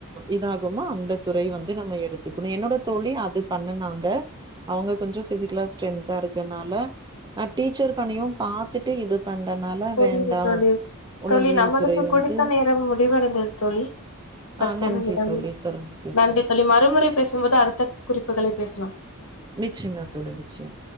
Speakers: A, on the right (about 20°); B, on the left (about 75°).
A: இதாகுமாோ அந்தத் துறை வந்து நம்ம எடுத்துக்கணும் என்னோட தோழி அது பண்ணுனாங்க அவுங்க கொஞ்ச ஃபிசிக்கலா ஸ்ட்ரென்த்தா இருக்கனால நா டீச்சர் பணியும் பாத்துட்டு இது பண்றனால
B: புரியுது
A: வேண்டா
B: தோழி
A: உளவியல்
B: தோழி நம்மளுக்கு
A: துறை வந்து
B: குடுத்த நேரம் முடிவடைந்தது தோழி பத்து
A: ஆ நன்றி
B: நிமிடம்
A: தோழி தொடர்ந்து பேசுவோம்
B: நன்றி தோழி மறுமுறை பேசும்போது அடுத்த குறிப்புகளை பேசலா
A: நிச்சயமா தோழி நிச்சயம்